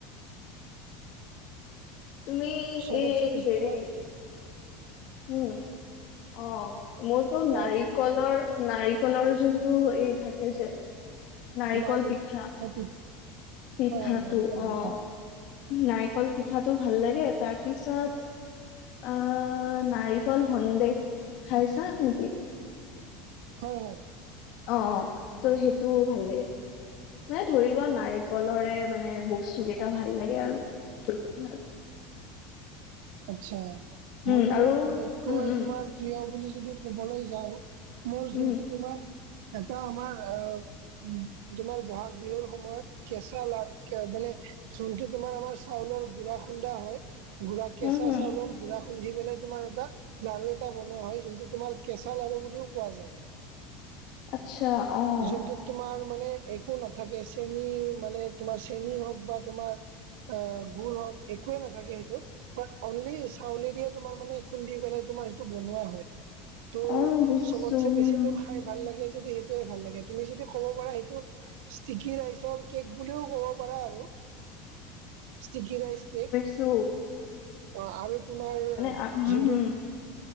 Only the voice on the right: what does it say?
চবতছে
বেছি
তোমাৰ
কোৱা
লাৰু
হয়
হয় নাৰিকল
পিঠা
হয়-হয়। <inaudible>
আতছা!
মোৰ বাৰু
আটাইতকৈ
তোমাৰ <inaudible> প্ৰিয় বুলি যদি কবলৈ যাওঁ মোৰ যোনটো
তোমাৰ এটা আমাৰ <unintelligible> উম! তোমাৰ বহাগ বিহুৰ সময়ত কেঁচা <unintelligible> মানে <inaudible> যোনটো তোমাৰ আমাৰ চাউলৰ গুড়া খুন্দা হয়। গুড়া কেঁচা
চাউলৰ <inaudible> গুড়া খুন্দি পেলাই তোমাৰ এটা <unintelligible> লাৰু এটা বনোৱা হয় যোনটো তোমাৰ কেঁচা লাৰু বুলিও কোৱা যায়। <inaudible>
যোনটোত
তোমাৰ মানে একো নাথাকে চেনী মানে তোমাৰ চেনী হওক বা তোমাৰ <unintelligible> অ, গুৰ হওক একোৱে নাথাকে সেইটোত বাত, অনলি চাউলে দিয়ে তোমাৰ মানে খুন্দি পেলাই তোমাৰ সেইটো বনোৱা হয়। তো
চবতচে বেছি
মোৰ খাই ভাল লাগে যদি সেইটোয়ে ভাল লাগে তুমি যদি ক'ব পাৰা সেইটো ষ্টিকি ৰাইচৰ কেক বুলিও ক'ব পাৰা আৰু ষ্টিকি ৰাইচ কেক
অ' আৰু তোমাৰ
যোনটো